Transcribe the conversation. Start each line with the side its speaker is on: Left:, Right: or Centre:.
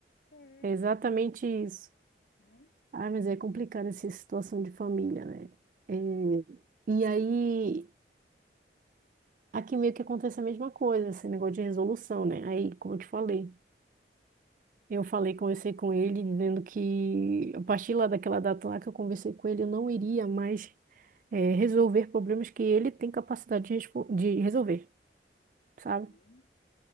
Left: É,
Right: É exatamente isso.
Left: né?
Right: Ah, mas é complicado essa situação de família, né? É, E aí, aqui meio que acontece a mesma coisa, esse negócio de resolução, né? Aí, como eu te falei. Eu falei, conversei com ele, dizendo que a partir lá daquela data lá que eu conversei com ele, eu não iria mais eh, resolver problemas que ele tem capacidade de, respo- de resolver, sabe?
Left: Uhum,